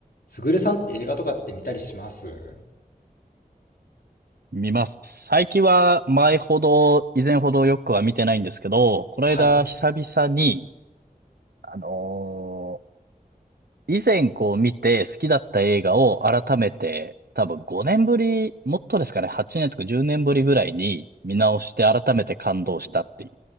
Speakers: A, on the left; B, on the right.
A: すぐるさんって映画とかって見たりします
B: 見ます。最近は前ほど、以前ほどよくは見てないんですけど、この間久々に、
A: はい。
B: あのー以前こう見て好きだった映画を改めて、多分5年ぶり、もっとですかね、8年とか10年ぶりぐらいに見直して改めて感動したっていう